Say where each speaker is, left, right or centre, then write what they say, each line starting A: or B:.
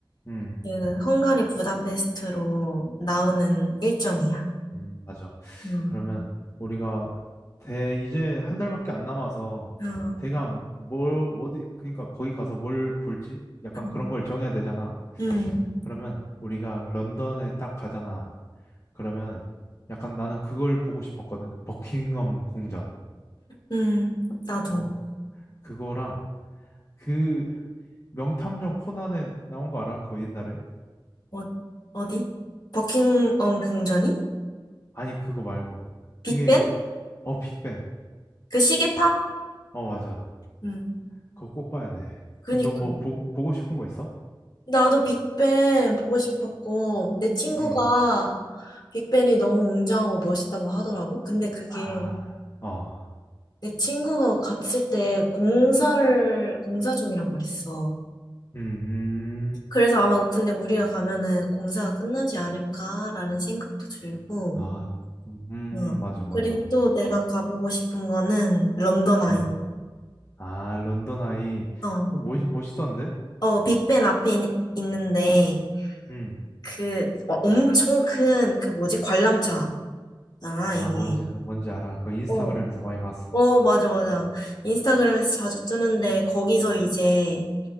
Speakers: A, on the left; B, on the left.
A: 응,
B: 그 헝가리 부다페스트로 나오는 일정이야.
A: 응, 맞아.
B: 음,
A: 그러면 우리가 대 이제 한 달밖에 안 남아서
B: 어,
A: 대강 뭘 어디 그러니까 거기 가서 뭘 볼지 약간
B: 음,
A: 그런 걸 정해야 되잖아.
B: 음,
A: 그러면 우리가 런던에 딱 가잖아. 그러면 약간 나는 그걸 보고 싶었거든. 버킹엄 궁전.
B: 음, 나도.
A: 어, 그거랑 그 명탐정 코난에 나온 거 알아? 그거 옛날에?
B: 어, 어디? 버킹엄 궁전이?
A: 아니, 그거 말고.
B: 빅벤?
A: 그게, 어, 빅뱅.
B: 그 시계탑?
A: 어, 맞아.
B: 음,
A: 그거 꼭 봐야 돼.
B: 그니까.
A: 너 뭐 보고, 보고 싶은 거 있어?
B: 나도 빅벤 보고 싶었고, 내 친구가
A: 음.
B: 빅벤이 너무 웅장하고 멋있다고 하더라고. 근데 그게
A: 아, 어.
B: 내 친구가 갔을 때 공사를, 공사 중이라고 그랬어.
A: 음, 음.
B: 그래서 아마 근데 우리가 가면은 공사가 끝나지 않을까라는 생각도 들고,
A: 아, 음, 음,
B: 어.
A: 음. 맞아, 맞아.
B: 그리고 또 내가 가보고 싶은 거는 런던 아이.
A: 음. 아, 런던 아이.
B: 어,
A: 그거 멋, 멋있던데?
B: 어, 빅벤 앞에 있- 있는데,
A: 음.
B: 그 어, 엄청 큰 그 뭐지? 관람차잖아,
A: 아,
B: 이게.
A: 뭔지, 뭔지 알아. 그거 인스타그램에서
B: 어,
A: 많이 봤어.
B: 어, 맞아, 맞아. 인스타그램에서 자주 뜨는데, 거기서 이제